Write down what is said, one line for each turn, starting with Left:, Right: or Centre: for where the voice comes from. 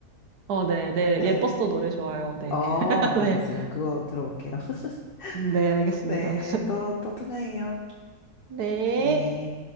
Right: 어, 네, 네.
Left: 네.
Right: 예뻤어 노래 좋아요. 네.
Left: 어,
Right: <laughs>
Left: 알겠어요.
Right: 네.
Left: 그거 들어볼게요. <laughs>
Right: 네, 알겠습니다.
Left: 네, 또, 또 통화해요.
Right: 네.
Left: 네.